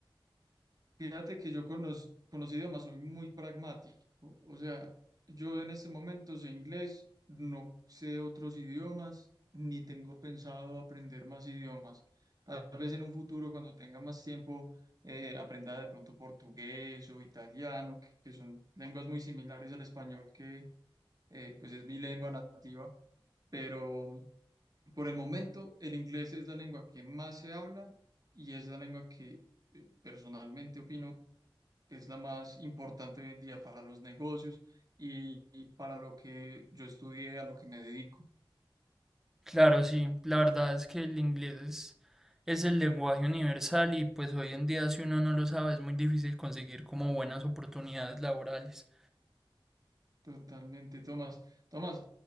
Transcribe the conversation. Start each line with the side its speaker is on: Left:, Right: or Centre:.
Right: Fíjate que yo con los, con los idiomas soy muy pragmático. O sea, yo en este momento sé inglés, no sé otros idiomas, ni tengo pensado aprender más idiomas. Tal vez en un futuro, cuando tenga más tiempo, eh, aprenda de pronto portugués o italiano, que que son lenguas muy similares al español, que eh, pues es mi lengua nativa. Pero por el momento, el inglés es la lengua que más se habla y es la lengua que eh, personalmente opino es la más importante hoy en día para los negocios y, y para lo que yo estudié, a lo que me dedico.
Centre: Claro, sí, la verdad es que el inglés es, es el lenguaje universal y pues hoy en día si uno no lo sabe es muy difícil conseguir como buenas oportunidades laborales.
Right: Totalmente, Tomás. Tomás,